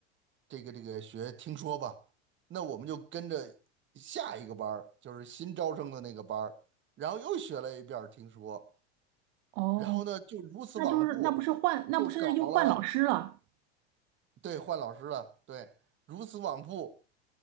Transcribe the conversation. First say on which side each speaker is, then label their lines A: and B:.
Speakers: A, on the right (about 35°); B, on the right (about 55°).
A: 这个这个学听说吧。那我们就跟着下一个班儿，就是新招生的那个班儿，然后又学了一遍儿听说，
B: 哦，
A: 然后呢，就如此往复，
B: 那就是那不是换，那不是又换老师了？
A: 就搞了，对，换老师了，对，如此往复。